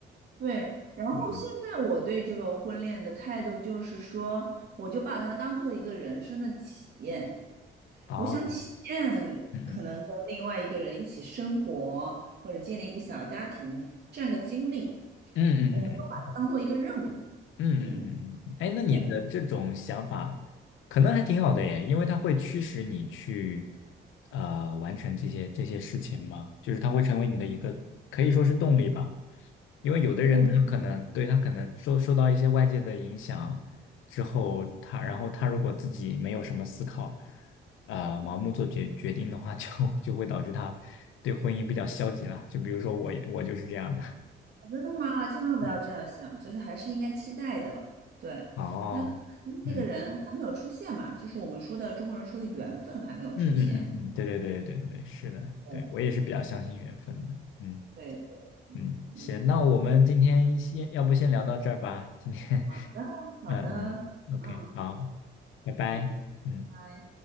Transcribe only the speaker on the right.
对。然后现在我对这个婚恋的态度就是说，
我就把它当做一个人生的体验。
我想体验可能跟另外一个人一起生活，
或者建立一个小家庭这样一个经历，
我们都把它当做一个任务。
嗯，
对，
我
真的吗？千万不要这样想，
就是还是应该期待的。对，
那可能那个人还没有出现嘛，
就是我们说的中国人说的缘分还没有出现。
对
对对，对嗯，
好的好的，
嗯
嗯。
拜